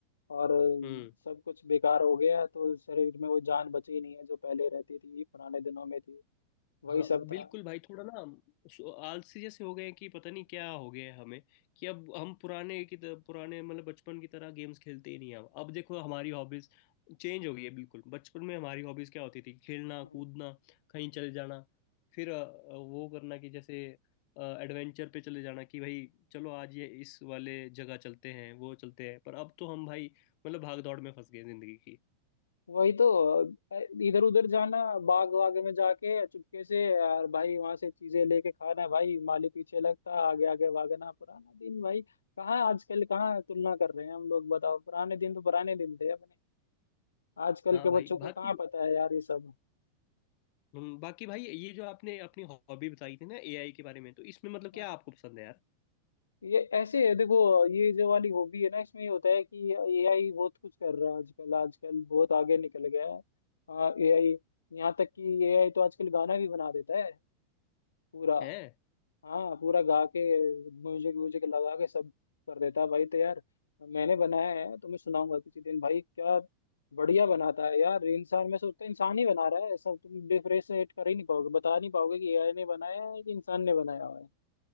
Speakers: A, on the left; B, on the left.
A: और
B: हम्म
A: सब कुछ बेकार हो गया तो शरीर में वो जान बची नहीं है जो पहले रहती थी पुराने दिनों में थी वही
B: हाँ
A: सब
B: बिल्कुल
A: था
B: भाई थोड़ा ना सो- आलसी जैसे हो गए हैं कि पता नहीं क्या हो गया है हमें कि अब हम पुराने की तरह पुराने मतलब बचपन की तरह गेम्स खेलते ही नहीं हैं अब अब देखो हमारी हॉबीज चेंज हो गई है बिल्कुल बचपन में हमारी हॉबीज क्या होती थी खेलना
A: हम्म।
B: कूदना कहीं चले जाना फिर अ, वो करना कि जैसे एडवेंचर पे चले जाना कि भाई चलो आज ये इस वाले जगह चलते हैं वो चलते हैं पर अब तो हम भाई मतलब भाग दौड़ में फंस गए जिंदगी की
A: वही तो इधर उधर जाना बाग वाग में जाके चुपके से यार भाई वहां से चीजें लेके खाना भाई माली पीछे लगता आगे आगे भागना पुराना दिन भाई कहाँ आजकल कहाँ तुलना कर रहे हैं हम लोग बताओ पुराने दिन तो पुराने दिन थे अपने आजकल
B: हाँ
A: के
B: भाई
A: बच्चों को
B: बाकी
A: कहाँ पता है यार ये सब
B: हम्म, बाकी भाई ये जो आपने अपनी हॉबी बताई थी ना एआई के बारे में तो इसमें मतलब क्या
A: हाँ।
B: आपको पसंद है यार
A: ये ऐसे है देखो ये जो वाली हॉबी है ना इसमें ये होता है कि एआई बहुत कुछ कर रहा है आजकल आजकल बहुत आगे निकल गया है हाँ एआई यहाँ तक कि एआई तो आजकल गाना भी बना देता है पूरा
B: है
A: हाँ पूरा गा के म्यूजिक व्यूजिक लगा के सब कर देता है भाई तो यार मैंने बनाया है तुम्हें सुनाऊंगा किसी दिन भाई क्या बढ़िया बनाता है यार इंसान मैं सोचता हूँ इंसान ही बना रहा है ऐसा तुम डिफरेंशिएट कर ही नहीं पाओगे बता नहीं पाओगे कि एआई ने बनाया है कि इंसान ने बनाया हुआ है